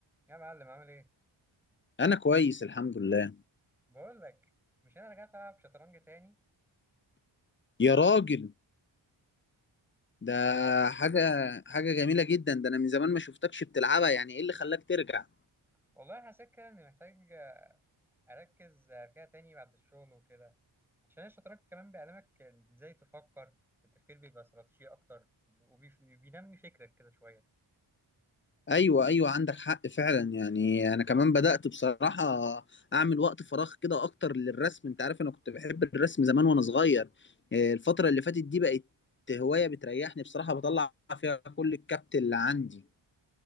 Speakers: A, in the centre; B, on the left.
A: يا معلم عامل ايه؟
B: انا كويس الحمد لله
A: بقول لك مش انا رجعت العب شطرنج تاني
B: يا راجل ده
A: آه، حاسس
B: حاجه حاجه جميله جدا ده انا من زمان ما شفتكش بتلعبها يعني ايه اللي خلاك ترجع
A: والله حسيت كده اني محتاج آه، اركز آه، فيها تاني بعد الشغل وكده عشان الشطرنج كمان بيعلمك ازاي تفكر التفكير بيبقى استراتيجي اكتر وبينمي فكرك كده شوية
B: ايوه ايوه عندك حق فعلا يعني انا كمان بدات بصراحه اعمل وقت فراغ كده اكتر للرسم انت عارف انا كنت بحب الرسم زمان وانا صغير إيه، الفتره اللي فاتت دي بقت هوايه بتريحني بصراحه بطلع فيها كل الكبت اللي عندي